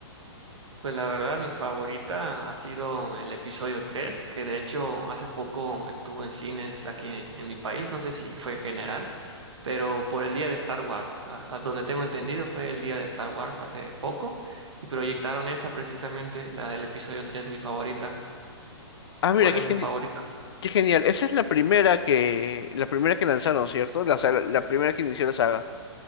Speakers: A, on the right (about 80°); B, on the left (about 65°).
A: Pues la verdad, mi favorita ha sido el episodio 3 que de hecho hace poco estuvo en cines aquí en, en mi país, no sé si fue general, pero por el día de Star Wars, a- a donde tengo entendido fue el día de Star Wars hace poco, y proyectaron esa precisamente, la del episodio 3 mi favorita.
B: Ah, mira,
A: ¿Cuál
B: qué
A: es
B: geni-
A: tu favorita?
B: qué genial. Esa es la primera que, la primera que lanzaron, ¿cierto? La, saga- la primera que inició la saga.